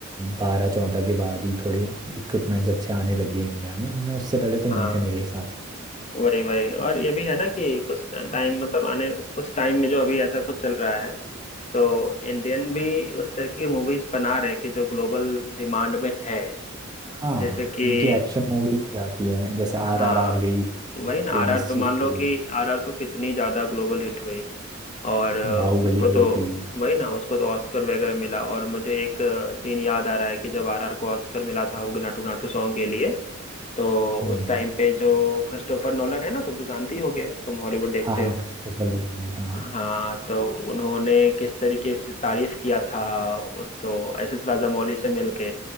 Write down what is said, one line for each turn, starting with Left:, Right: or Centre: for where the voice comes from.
Right: बारह चौदह के बाद ही थोड़े इक्विपमेंट्स अच्छे आने लग गए इंडिया में वरना उससे पहले तो नहीं
Left: हाँ
Right: थे मेरे हिसाब से
Left: वही वही और ये भी है ना कि कुछ टाइम मतलब आने कुछ टाइम में जो अभी ऐसा कुछ चल रहा है तो इंडियन भी उस तरह की मूवीज बना रहे हैं कि जो ग्लोबल डिमांड में है
Right: हाँ
Left: जैसे कि
Right: उनकी एक्शन मूवीज जाती है जैसे आर
Left: हाँ
Right: आर आर गई
Left: वही ना
Right: फेमस
Left: आरआर तो मान
Right: उसके
Left: लो
Right: लिए
Left: कि आरआर तो कितनी ज्यादा ग्लोबल हिट हुई और अ,
Right: बाहुबली
Left: उसको
Right: गई
Left: तो
Right: थी
Left: वही ना उसको तो ऑस्कर वगैरह मिला और मुझे एक सीन याद आ रहा है कि जब आरआर को ऑस्कर मिला था उग नाटू नाटू सॉन्ग के लिए तो
Right: हम्म,
Left: उस टाइम पे जो क्रिस्टोफर नोलन है ना तुम तो जानती होगे तुम हॉलीवुड देखते
Right: हाँ हाँ
Left: हो
Right: क्रिस्टोफर नोलन हाँ
Left: हाँ तो उन्होंने किस तरीके से तारीफ किया था उसको एस एस राजामौली से मिलके